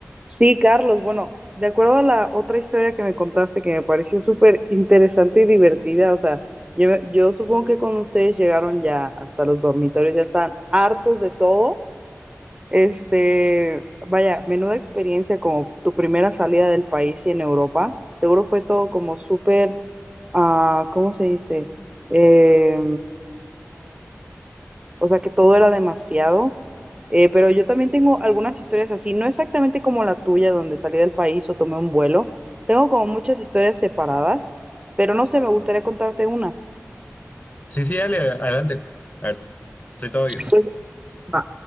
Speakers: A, on the right (about 25°); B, on the left (about 35°).
A: Sí, Carlos, bueno, de acuerdo a la otra historia que me contaste que me pareció súper interesante y divertida, o sea, yo, yo supongo que con ustedes llegaron ya hasta los dormitorios, ya estaban hartos de todo. Este, vaya, menuda experiencia como tu primera salida del país y en Europa. Seguro fue todo como súper, ah, ¿cómo se dice? Eh, o sea que todo era demasiado. Eh, pero yo también tengo algunas historias así, no exactamente como la tuya, donde salí del país o tomé un vuelo. Tengo como muchas historias separadas, pero no sé, me gustaría contarte una.
B: Sí, sí, dale, adelante. A ver, soy todo Dios.
A: Pues, va.